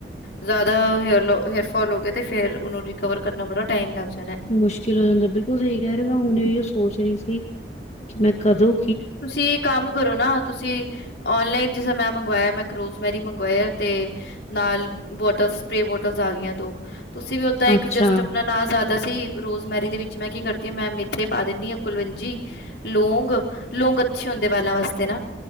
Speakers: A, on the left; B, on the left.
A: ਜ਼ਿਆਦਾ ਹੇਅਰ ਹੇਅਰ ਫੋਲ ਹੋ ਗਏ ਤੇ ਫੇਰ ਉਹਨੂੰ ਰਿਕਵਰ ਕਰਨਾ ਬੜਾ ਟਾਈਮ ਲਗ ਜ
B: ਮੁਸ਼ਕਿਲ ਹੋ ਜਾਂਦਾ ਬਿਲਕੁਲ ਸਹੀ ਕਹਿ ਰਿਹੇ ਮੈ ਹੁਣੇ ਸੋਚ ਰਹੀ ਸੀ ਕਿ ਮੈਂ ਕਦੋ
A: ਤੁਸੀਂ ਕੰਮ ਕਰੋ ਨਾ ਤੁਸੀਂ ਔਨਲਾਈਨ ਜਿਸ ਮੈਂ ਮੰਗਵਾਇਆ ਮੈਂ ਰੋਜ਼ਮੈਰੀ ਮੰਗਵਾਇਆ ਤੇ ਨਾਲ ਬੋਟਲ ਸਪ੍ਰਰੇ ਬੋਟਲ ਆ ਗਿਆਂ ਦੋ ਤੁਸੀਂ ਵੀ ਓਦਾਂ ਇੱਕ
B: ਅੱਛਾ
A: ਜਸਟ ਆਪਣਾ ਨਾਂ ਦਾਂ ਸੀ ਰੋਜ਼ਮੈਰੀ ਦੇ ਵਿੱਚ ਮੈਂ ਕੀ ਕਰਦੀ ਹਾਂ ਮੈਂ ਮੇਥੇ ਪਾ ਦਿੰਦੀ ਹਾਂ ਕੁਲਵੰਜੀ ਲੋਂਂਗ ਲੋਂਗ ਅੱਛੇ ਹੁੰਦੇ ਬਾਲਾਂ ਵਾਸਤੇ ਨਾ